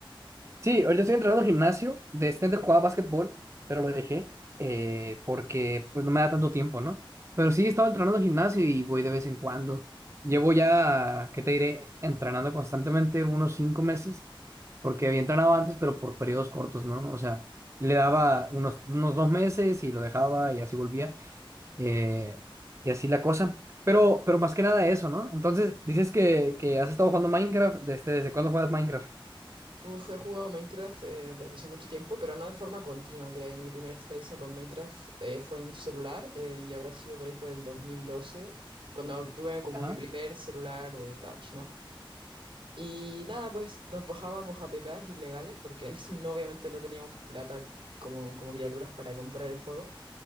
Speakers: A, on the right; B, on the right.
A: Sí, ahorita estoy entrenando gimnasio. De este antes jugaba básquetbol, pero lo dejé eh, porque pues no me da tanto tiempo, ¿no? Pero sí, estaba entrenando gimnasio y voy de vez en cuando. Llevo ya, ¿qué te diré? Entrenando constantemente unos cinco meses, porque había entrenado antes, pero por periodos cortos, ¿no? O sea, le daba unos, unos dos meses y lo dejaba y así volvía. eh, y así la cosa. Pero, pero más que nada eso, ¿no? Entonces, dices que, que has estado jugando Minecraft. Desde, ¿desde cuándo juegas Minecraft?
B: Uf, he jugado Minecraft eh, desde hace mucho tiempo, pero no de forma continua. Creo mi primera experiencia con Minecraft eh, fue en celular eh, y habrá sido por ahí por el 2012, cuando tuve como
A: Ajá.
B: mi primer celular de touch, ¿no? Y nada, pues nos bajábamos a APKs ilegales porque <laughs> no- obviamente no teníamos plata como, como criaturas para comprar el juego.